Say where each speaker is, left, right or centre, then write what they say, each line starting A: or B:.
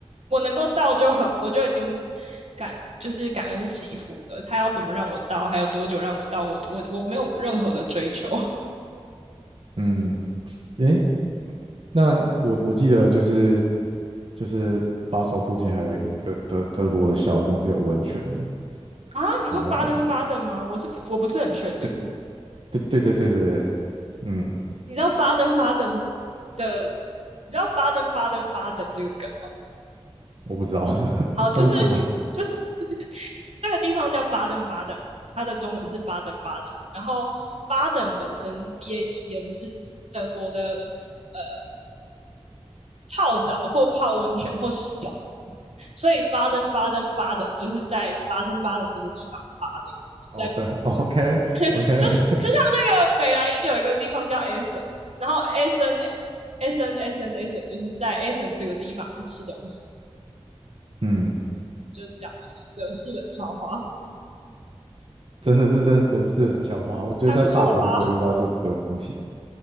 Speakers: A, on the right; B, on the right.
A: 我能够到就很，我就已经感就是感恩惜福了。他要怎么让我到，还有多久让我到，我我我没有任何的追求。
B: 嗯，诶，那我我记得就是就是巴首附近还有一个德德国的小镇是有温泉的。
A: 啊，你说巴登巴登吗？
B: 然后
A: 我是我不是很确定。
B: 对对对对对对对，嗯，
A: 你知道巴登巴登的，你知道巴登巴登巴登这个梗？
B: 我不知道 <laughs>
A: 好，就是
B: 它是什么。
A: 就是 <laughs> 这个地方叫巴登巴登，它的中文是巴登巴登。然后巴登本身 B A D E N 是德国的呃泡澡或泡温泉或洗澡的意思，所以巴登巴登巴登就是在巴登巴登这个地方巴登，
B: 哦，
A: 在
B: 真 OK OK，
A: 就就像那个北莱茵有一个地方叫 Essen，然后 Essen Essen Essen Essen 就是在 Essen 这个地方吃东西，
B: <laughs> 嗯，
A: 就是讲完德式冷笑话，
B: 真的这真的是冷笑话。我觉得在法国就不会遇到这种问题。
A: 还不错吧？